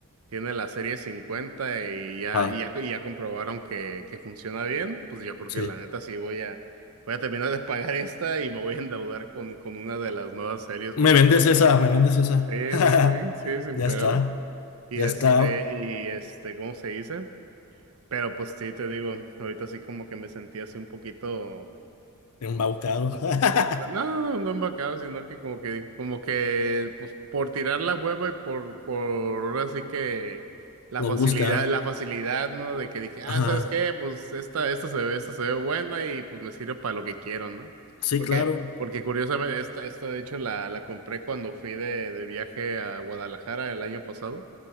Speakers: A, on the right; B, on the left.
A: tiene la serie 50 y ya,
B: Ah,
A: y ya, y ya comprobaron que, que funciona bien, pues yo creo
B: sí.
A: que la neta sí voy a, voy a terminar de pagar esta y me voy a endeudar con, con una de las nuevas series porque
B: Me vendes esa, me vendes esa.
A: sí,
B: <laughs>
A: sí, sí, sí, sin
B: Ya
A: pedo.
B: está.
A: Y
B: Ya
A: este,
B: está
A: y este, ¿cómo se dice? Pero pues sí, te digo, ahorita sí como que me sentí así un poquito.
B: embaucado. <laughs>
A: Pues No, no, no embarcado, sino que como que, como que, pues, por tirar la hueva y por, por, ahora sí que la
B: Lo
A: facilidad,
B: buscar.
A: la facilidad, ¿no? De que dije, ah,
B: Ajá.
A: ¿sabes qué? Pues esta, esta se ve, esta se ve buena y pues me sirve para lo que quiero, ¿no?
B: Sí,
A: Porque,
B: claro.
A: porque curiosamente, esta, esta de hecho la, la compré cuando fui de, de viaje a Guadalajara el año pasado.